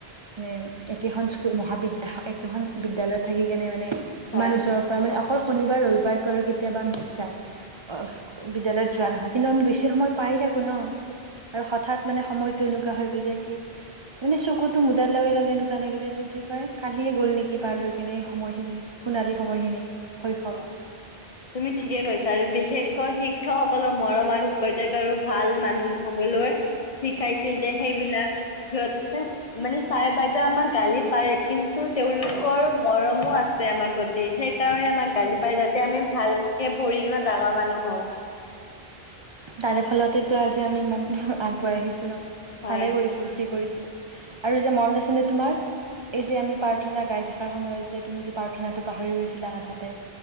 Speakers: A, on the right; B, on the left.
A: মানে একেখন স্কুল মহাবিদ্য একেখন বিদ্যালয়ত থাকি কেনে মানে
B: হয়
A: ইমান ওচৰৰ পৰা মানে অকল শনিবাৰ ৰবিবাৰটো আৰু কেতিয়াবা মিছ যায়, বিদ্যালয়ত যোৱা নহয়। কিন্তু আমি বেছি সময় পাই থাকো ন আৰু হঠাৎ মানে সময়টো এনেকুৱা হৈ গ'ল যে কি মানে চকুটো মুদাৰ লগে লগে এনেকুৱা লাগিলে যে কি কয় কালিয়ে গ'ল নেকি পাৰ হৈ কিনে এই সময়খিনি। সোণালী সময়খিনি শৈশৱ।
B: হয় তুমি ঠিকে কৈছা আৰু বিশেষকৈ শিক্ষক সকলৰ মৰম আৰু উপদেশ আৰু ভাল মানুহ হবলৈ শিকাইছিল যে সেইবিলাক সিহঁতে মানে ছাৰে বাইদেউ আমাক গালি পাৰে কিন্তু তেওঁলোকৰ মৰমো আছে। আমাৰ প্ৰতি সেইকাৰণে আমাক গালি পাই যাতে আমি ভালকে পৰহি কিনে ডাঙৰ মানুহ হওঁ।
A: তাৰে ফলতেটো আজি আমি ইমান আগুৱাই আহিছো ন।
B: হয়
A: ভালে কৰিছিল যি কৰিছিল। আৰু যে মনত আছে নে তোমাৰ এই যে আমি প্ৰাৰ্থনা গাই থকাৰ সময়ত যে তুমি যে পাৰ থনাটো পাহৰি গৈছিলা আধাতে।